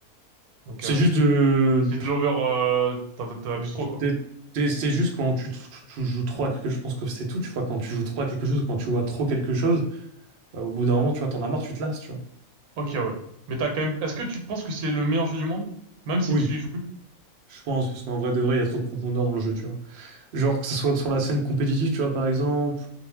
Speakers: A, on the right; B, on the right.
A: Ok,
B: C'est
A: ouais.
B: juste de.
A: C'est de l'over... Euh... T'en t'en abuses trop, quoi.
B: C'est c'est- c'est juste quand tu, tu- tu joues trop à quelque chose, je pense que c'est tout, tu vois. Quand tu joues trop à quelque chose, ou quand tu vois trop quelque chose, bah, au bout d'un moment, tu vois, t'en as marre, tu te lasses, tu vois.
A: Ok, ouais. Mais t'as quand même... Est-ce que tu penses que c'est le meilleur jeu du monde? Même si
B: Oui,
A: tu y joues plus?
B: je pense, parce qu'en vrai de vrai, il y a trop de profondeur dans le jeu, tu vois. Genre, que ce soit sur la scène compétitive, tu vois, par exemple,